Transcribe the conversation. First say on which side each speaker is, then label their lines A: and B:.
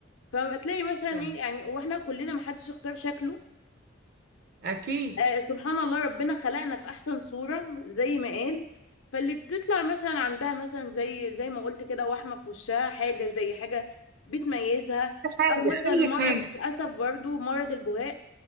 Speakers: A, on the left (about 80°); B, on the right (about 45°).
A: فما تلاقي مثلا
B: تمام.
A: ايه يعني واحنا كلنا ما حدش اختار شكله
B: اكيد
A: آه سبحان الله ربنا خلقنا في احسن صورة زي ما قال فاللي بتطلع مثلا عندها مثلا زي زي ما قلت كده وحمة في وشها حاجة زي حاجة بتميزها
B: حاجه
A: او مثلا
B: اي
A: مرض
B: حاجه
A: للاسف برضو مرض البهاء